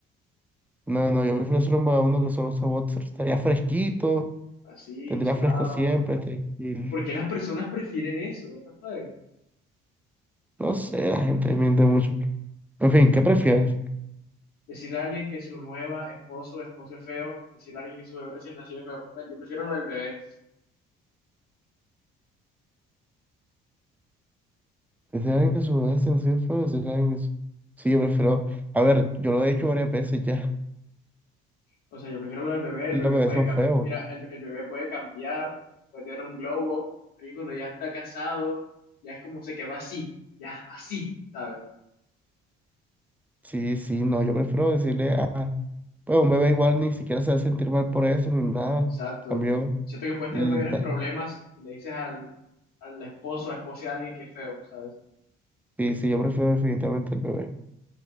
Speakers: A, in the centre; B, on the left.
A: no, no, yo prefiero ser un vagabundo que solo usa boxers. Estaría fresquito.
B: Así,
A: Tendrá
B: chilado.
A: fresco siempre, tranquilo.
B: ¿Por qué las personas prefieren eso? What the fuck?
A: No sé, la gente miente mucho. En fin, ¿qué prefieres?
B: Decirle a alguien que su nueva esposo o esposo es feo, decirle a alguien que su bebé recién nacido es feo. Bueno, yo prefiero lo del bebé.
A: ¿Decir a alguien que su bebé es sencillo feo? ¿Decir a alguien que su- Sí, yo prefiero... A ver, yo lo he hecho varias veces ya.
B: O sea, yo prefiero lo del bebé. El
A: Y
B: bebé
A: los bebés
B: puede,
A: son
B: cam-
A: feos.
B: mira, el, el bebé puede cambiar, puede tener un glow up. Alguien cuando ya está casado, ya es como se quedó así, ya así, ¿sabes?
A: Sí, sí, no, yo prefiero decirle a... Pues un bebé igual ni siquiera se va a sentir mal por eso ni nada.
B: Exacto.
A: Cambio...
B: Siento que puedes
A: l-
B: tener mayores
A: ta-
B: problemas si le dices al, al esposo a esposa de alguien que es feo, ¿sabes?
A: Sí, sí, yo prefiero definitivamente el bebé.